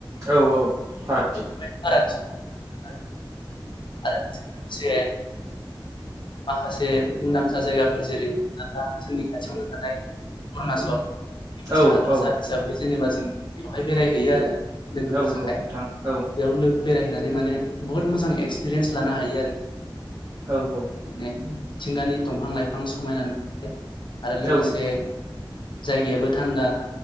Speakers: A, on the right; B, on the left.
A: औ औ। फारागथि
B: बेफोरबायदि <unintelligible> आरो बेजों लोगोसे माखासे मुंदांखा जायगाफोर जेरै माबा जोंनि खाथियावनो थानाय अरुणाचल बे मोनसे
A: औ
B: हादरसा
A: औ
B: हिसाबै जेनेबा जों बेवहाय बेरायहैयो आरो। लोगोफोरजोंहाय
A: औ औ नोंथां औ
B: बेयाव बेरायहैनानै माने बहत मोजां एक्सपिरियेन्स लानो हायो आरो।
A: औ औ।
B: माने मिथिंगानि दंफां लाइफां समायना <unintelligible> आरो लोगोसे
A: औ
B: जायगायाबो थान्दा